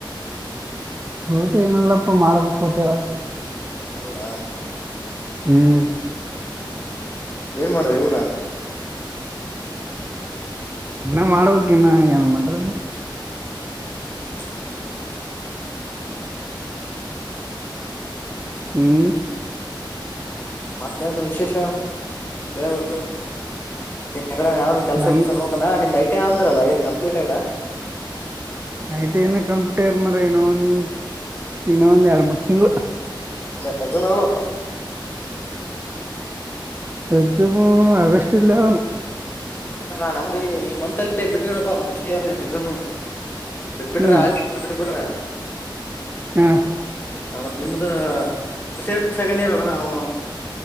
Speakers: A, on the right; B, on the left.
A: ಊಟ ಏನಲ್ಲಪ್ಪ ಮಾಡ್ಬೇಕ ಕೊಟ್ಟಾರ
B: ಹೌದಾ
A: ಹ್ಮ್
B: ಏನ್ ಮಾಡ್ರ ಊಟ
A: ಇನ್ನ ಮಾಡ್ಬೇಕಕ ಇನ್ನ ಏನ್ ಮಾಡ್ರ
B: ಹಾವಲ
A: ಹ್ಮ್
B: ಮತ್ತೇನ್ ವಿಶೇಷ ಹೇಳಬೇಕು ನಿಡ ಯಾವನ್ ಕೆಲ್ಸ
A: ನಮ್
B: ಕೆಲ್ಸ ನೋಡ್ ಾ ನಿ ಐಟಿ ಅಂದ್ರಲ್ಲ ನ್ ಕಂಪ್ೀಟ್ ಆಯರಾ
A: ಐ ಟಿ ಐನ ಕಂಪ್ಿಟ ಇರ್ ಮರ ಇನ್ನೊ ಒಂದ್ ಇನ್ನ ಒಂದ್ ಎರಡ್ ಮೂರ್ ತಿಂಗ್ಗಳು
B: ಮ ಎ ಜ ಆಲ
A: ಎದುಮ ಆಗಸ್ಟ್ಲ್ಲನು
B: ಗಂಗ ನಮ್ದ ಈ ಮಂತ್ ಅಲ್ಲಿ ಬಿಟ್ಟಿರಪ್ಪಾ ಫಸ್ಟ್ ಇಯರ್ ಎಕ್ಸಾಮ್ ಬಿಟ್ಬಿಟ್ರ
A: ಹ್ಮ್
B: ಆಲ್ಟ ಬಿಟ್ಟ ಬಿಟ್ಟಬಿಟ್ರ
A: ಹಾ
B: ಹ ಮತ್ತತ್ ನಿಮ್ದ ಫಸ್ಟ್ ಇಯರ್ ಸೆಕೆಂಡ್ ಇಯರ್ ನಾವು